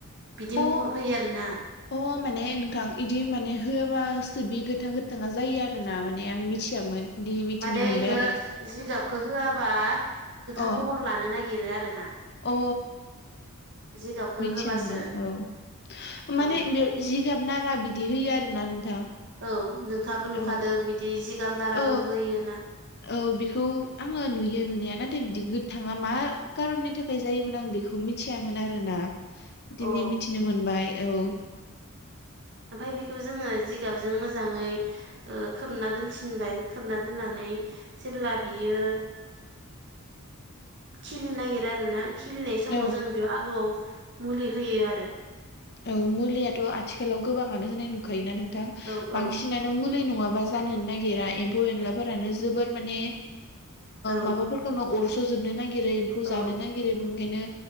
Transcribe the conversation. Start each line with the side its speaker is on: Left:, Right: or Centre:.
Right: बिदि
Left: औ अ
Right: महर फैयो आरोना
Left: अ माने नोंथां इदि माने होआबासो बि गोथां गोथाङा जायो आरो ना माने आं मिथियामोन दिनै मिथिनो
Right: माने
Left: मोनबाय
Right: इखौ
Left: आरो
Right: जिगाबखो होआबा गोथां
Left: अ
Right: महर लानो नागिरो आरो ना
Left: अ
Right: जिगाबखौ
Left: मिथियामोन
Right: होबासो
Left: आं औ माने
Right: औ
Left: बेव जिगाब नारा बिदि होयो आरोना नोंथां
Right: औ नोंथाङाबो नुखादों
Left: औ
Right: बिदि जिगाब नाराफोर
Left: औ
Right: होयो होनना
Left: औ बेखौ आङो नुयो नुनाया नाथाय बिदि गोथाङा मा कारननि था खाय जायोमोन आं बेखौ मिथियामोन आरो ना दिनै
Right: अ
Left: मिथिनो मोनबाय औ
Right: ओमफाय बेखौ जोङो जिगाबजों मोजाङै खोबना दोनसिनबाय खोबना दोननानै जेब्ला बियो खिलिनो नागिरो आरो ना खिलिनाय समाव
Left: औ
Right: जों बेयाव आलुवाव मुलि होयो आरो
Left: औ मुलियाथ' आथिखालाव गोबाङानो होनाय नुखायोना नोंथां
Right: औ
Left: बांसिन
Right: औ
Left: नानो मुलि नङाबा जोनो नागिरा एम्फौ एनलाफोरानो जोबोर माने
Right: औ
Left: माबाफोर खौनो अरस' जोबनो नागिरो एम्फौ
Right: औ
Left: जानो नागिरो बिनिखायनो